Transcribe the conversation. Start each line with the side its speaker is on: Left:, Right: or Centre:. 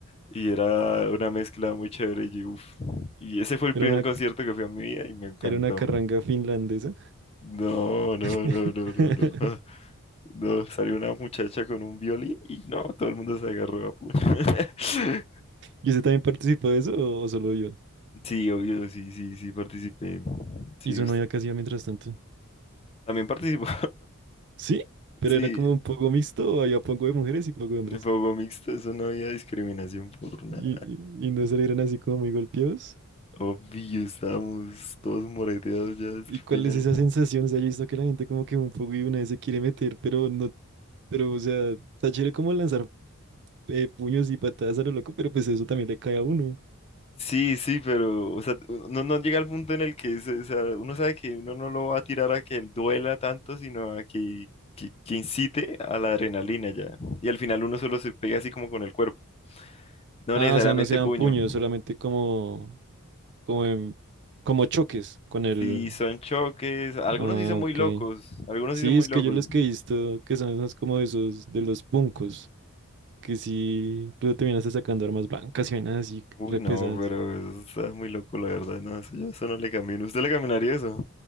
Left: y era una mezcla muy chévere y uff. Y ese fue el
Right: Era
Left: primer
Right: una,
Left: concierto que fui en mi vida y me encantó.
Right: era una carranga finlandesa.
Left: No, no,
Right: <laughs>
Left: no, no, no, no. <laughs> No, salió una muchacha con un violín y no, todo el mundo se agarró a puño. <laughs>
Right: ¿Y usted también participó de eso o, o solo yo?
Left: Sí, obvio, sí, sí, sí, participé. Sí,
Right: ¿Y su
Left: us-
Right: novia qué hacía mientras tanto?
Left: también participó.
Right: ¿Sí? ¿Pero
Left: <laughs> Sí,
Right: era como un poco mixto había poco de mujeres y poco de hombres?
Left: De fuego mixto, eso no había discriminación por nada.
Right: ¿Y, y, y no salieron así como muy golpeados?
Left: Obvio, estábamos todos moreteados ya hasta
Right: ¿Y
Left: el
Right: cuál
Left: final.
Right: es esa sensación? O sea, yo he visto que la gente como que un poco y una vez se quiere meter, pero no, pero o sea, está chévere como lanzar eh, puños y patadas a lo loco, pero pues eso también le cae a uno.
Left: Sí, sí, pero, o sea, no, no llega al punto en el que se- o sea, uno sabe que uno no lo va a tirar a que duela tanto, sino a que, que, que incite a la adrenalina ya. Y al final uno solo se pega así como con el cuerpo, no
Right: Ah,
Left: necesariamente
Right: o sea, no se dan
Left: puño.
Right: puños, solamente como, como, en- como choques con el...
Left: Sí, son choques, algunos
Right: Ah,
Left: sí son muy
Right: ok.
Left: locos, algunos
Right: Sí,
Left: sí son muy
Right: es
Left: locos.
Right: que yo los que he visto que son esos como esos de los puncos, que sí, luego terminas sacando armas blancas y vainas así,
Left: Uy,
Right: re
Left: no,
Right: pesadas.
Left: pero eso es muy loco, la verdad. No, eso yo eso no le camino. ¿Usted le caminaría eso?